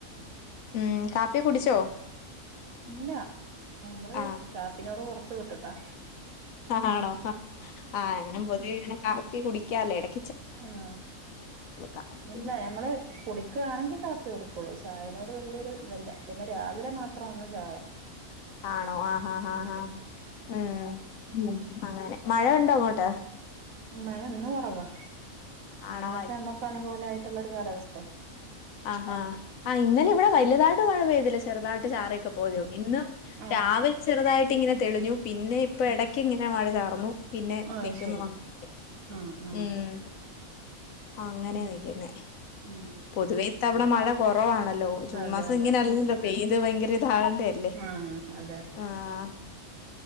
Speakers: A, on the left (about 75°); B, on the right (about 75°).
A: ഉം കാപ്പിയൊകെകുടിച്ചോ
B: ഇല്ല ഞമ്മള്
A: ആഹ്
B: കാപ്പിനോട് കൊറച്ച് വിട്ടിട്ടാ
A: ഹാ ആണോ ആഹ് ഞാനും പൊതുവെ ഇങ്ങനെ കാപ്പി കുടിക്കാറില്ല എടക്ക്
B: ആ
A: കാപ്പി
B: ഇല്ല ഞമ്മള് കുടിക്കാണെങ്കിൽ കാ പ്പിയെ ഓടിക്കള്ളൂ ചായനോട് വലിയൊരു ഇതില്ല പിന്നെ രാവിലെ മാത്രംആണ് ചായ
A: ആണോ ആഹാ ഹാ
B: ഉം
A: ഹാ
B: ഉം
A: ഉം ഉ അങ്ങനെ മഴണ്ടോ അങ്ങോട്ട്
B: മഴ ഇന്ന് കൊറവാ
A: ആണോ
B: ഇന്നത്തെ അമ്മക്കനുകൂലായിട്ടുള്ള ഒരു കാലാവസ്തേ
A: ആഹ് ഹാ ആഹ ഇന്നലെ ഇവിടെ വലുതാഴ ഴിട്ട് മഴ പെയ്തില്ല ചെറുതായിട്ട് ചാറിയൊക്കെ പോയതെ ഒള്ളു ഇന്ന്
B: ആഹ്
A: രാവി ചെറുതായിട്ട് ഇങ്ങനെ തെളിഞ്ഞു പിന്നെ ഇപ്പ എടയ്ക്ക് ഇങ്ങനെ മഴ ചാർന്നു പിന്നെ
B: ആഹ്
A: നി <unintelligible> ക്കുന്നുണ്ട
B: ശരി ആഹ് ആഹ്
A: ഉം അങ്ങനെ
B: പിന്നെ
A: നിക്ക്‌ന്നേ
B: ഉം
A: പൊതുവെ വടെ മഴ കുറവാണല്ലോ ജൂൺ
B: അതെ
A: മാസം
B: അതെ
A: ഇങ്ങനെയല്ലല്ലോ പെയ്ത് ഭയങ്കര ഇതാകണ്ട അല്ലേ
B: ആഹ് അതെ
A: ആഹ്